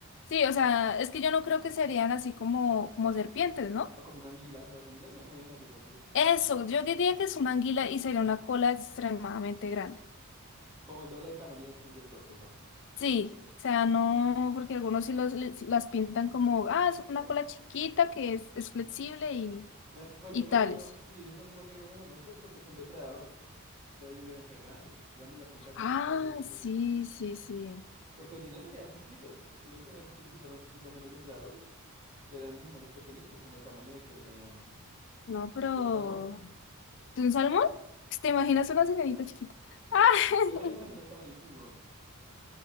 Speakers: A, on the left; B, on the right.
A: Sí, o sea, es que yo no creo que serían así como, como serpientes, ¿no?
B: o como una anguila. Las anguilas se mueven así rápido,
A: Eso, yo diría que es una anguila y sería una cola extremadamente grande.
B: como el doble del tamaño del, pe- del torso, digamos.
A: Sí, o sea, no, porque algunos sí los, les- las pintan como, ah,
B: Chiquitas.
A: es una cola chiquita que es, es flexible y,
B: Me- pues
A: y
B: yo me
A: tales.
B: imagino, si ellos son igual de grandes a nosotros, es porque son depredadores. Entonces ellos deben ser grandes, grandes de a punta de comer
A: Ah,
B: todos esos bichos.
A: sí, sí, sí.
B: Porque si no serían chiquitos, si no serían chiquitos y fueran un poquito menos depredadores, serían animales pequeñitos, como el tamaño de que de...
A: No, pero...
B: ¿De un salmón?
A: ¿De un salmón? Pues, ¿Te imaginas una sirenita chiquita? Ah, <laughs>
B: Yo me la imagino el tamaño de un tiburón.